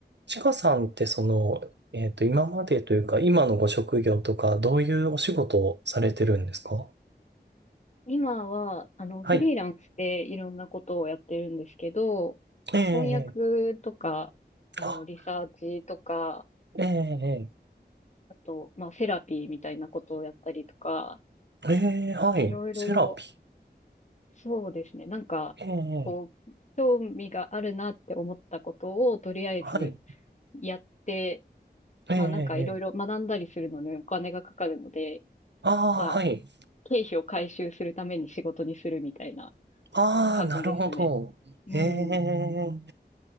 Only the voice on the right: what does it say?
ちかさんってその、えっと、今までというか、今のご職業とか、どういうお仕事をされてるんですか
はい。
ええ、
あ、
ええ、
ええ、はい。
セラピー。
ええ、
はい。
ええ、
ええああ、
はい。
ああ、
なるほど。
ええ、